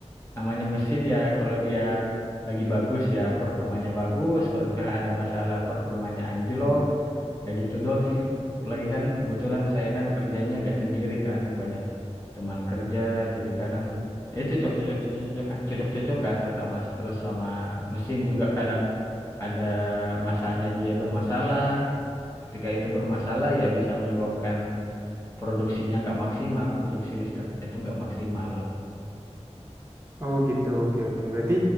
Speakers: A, on the left; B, on the right.
A: namanya mesin ya kalau dia lagi bagus ya performanya bagus kalau misalnya ada masalah performanya anjlok ya gitu doang sih lagi kan kebetulan saya kan kerjanya nggak sendiri kan banyak teman kerja jadi kadang ya itu cocok-cocok cocok-cocokan kata Mas terus sama mesin juga kadang ada masanya dia bermasalah ketika itu bermasalah ya bisa menyebabkan produksinya nggak maksimal produksi listriknya itu nggak maksimal
B: oh gitu oke oke berarti